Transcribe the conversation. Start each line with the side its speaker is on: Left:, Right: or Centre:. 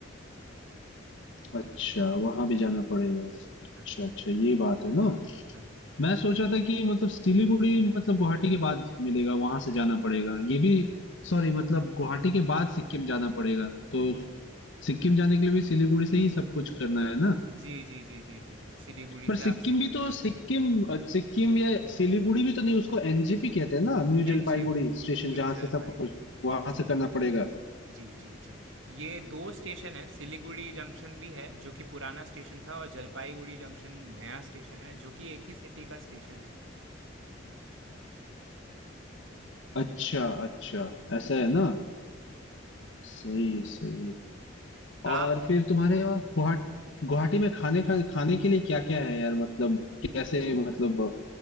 Left: अच्छा वहां भी जाना पड़ेगा अच्छा
Right: हाँ जी
Left: अच्छा
Right: हाँ
Left: ये
Right: जी
Left: बात है ना
Right: हाँ जी हाँ जी
Left: मैं सोचा था कि मतलब सिलीगुड़ी मतलब गुवाहाटी के बाद मिलेगा वहां से जाना पड़ेगा ये भी सॉरी मतलब गुवाहाटी के बाद सिक्किम जाना पड़ेगा तो
Right: हम्म,
Left: सिक्किम जाने के लिए भी सिलीगुड़ी से ही सब कुछ करना है ना
Right: जी जी जी जी जी जी सिलीगुड़ी
Left: पर सिक्किम
Right: से आप सिक्किम
Left: भी तो
Right: जा
Left: सिक्किम
Right: सकते हो
Left: अ, सिक्किम या सिलीगुड़ी भी तो नहीं उसको एनजेपी कहते हैं ना न्यू
Right: NJP
Left: जलपाईगुड़ी स्टेशन
Right: न्यू
Left: जहां
Right: जलपाईगुड़ी
Left: से सब कुछ वहां
Right: जी
Left: से करना पड़ेगा
Right: जी जी जी ये दो स्टेशन है सिलीगुड़ी जंक्शन भी है जो कि पुराना स्टेशन था और जलपाईगुड़ी जंक्शन नया स्टेशन है जो कि एक ही सिटी का स्टेशन है
Left: अच्छा अच्छा ऐसा है ना सही सही
Right: आप
Left: और फिर तुम्हारे यहाँ गुवाहाटी गुवाहाटी
Right: हाँ
Left: में खाने खाने खाने के लिए क्या क्या है यार मतलब कैसे मतलब